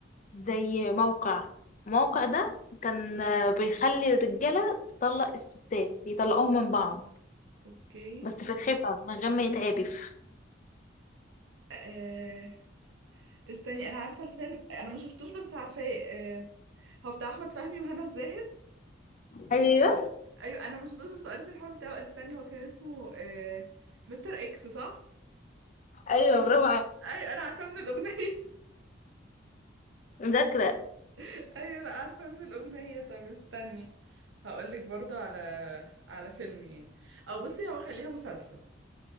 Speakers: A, on the left; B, on the right.
A: زي موقع الموقع ده كان آه، بيخلي الرجالة تطلق الستات يطلقوهم من بعض
B: اوكي
A: بس في الخفا من غير ما يتعرف
B: آه... استني انا عارفه الفيلم انا ما شفتوش بس عارفاه آه... هو بتاع احمد فهمي وهنا الزاهد
A: ايوه
B: ايوه انا ما شفتوش بس قريت الحوار بتاعه استني هو كان اسمه آه... مستر اكس صح
A: ايوه برافو عليك
B: ايوه انا عارفاه من الاغنيه
A: مذاكرة
B: <laughs> ايوه لا عارفه من الاغنيه طب استني هقولك برضه على على فيلم يعني او بصي هو خليها مسلسل